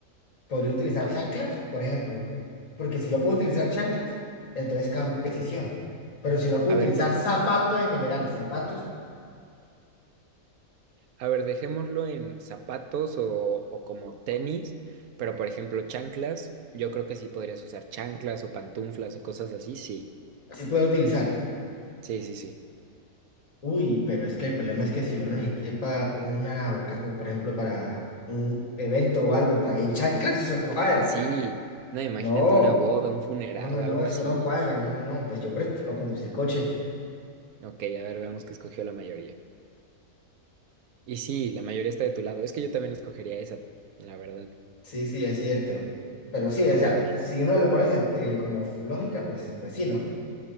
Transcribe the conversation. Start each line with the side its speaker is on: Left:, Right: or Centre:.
Left: Podría utilizar
Right: ajá.
Left: chanclas, por ejemplo. Porque si yo puedo utilizar chanclas, entonces cambio de decisión. Pero si no puedo
Right: A ver,
Left: utilizar
Right: pero,
Left: zapatos en general, zapatos
Right: a ver, dejémoslo en zapatos o, o como tenis, pero por ejemplo, chanclas, yo creo que sí podrías usar chanclas o pantuflas o cosas así, sí,
Left: sí puedo utilizar.
Right: sí, sí, sí.
Left: Uy, pero es que el problema es que si uno necesita una, oca- o por ejemplo, para un evento o algo y pa- en chanclas, eso no cuadra.
Right: Sí, no, imagínate
Left: No.
Right: una boda, un funeral,
Left: No, no, no,
Right: algo
Left: eso
Right: así.
Left: no cuadra, no, no, no, pues yo prefiero conducir coche.
Right: Ok, a ver, veamos qué escogió la mayoría. Y sí, la mayoría está de tu lado. Es que yo también escogería esa, la verdad.
Left: Sí, sí, es cierto. Pero sí, o sea,
Right: A ver,
Left: si uno le pones en- eh, como lógica, pues, pues sí, ¿no?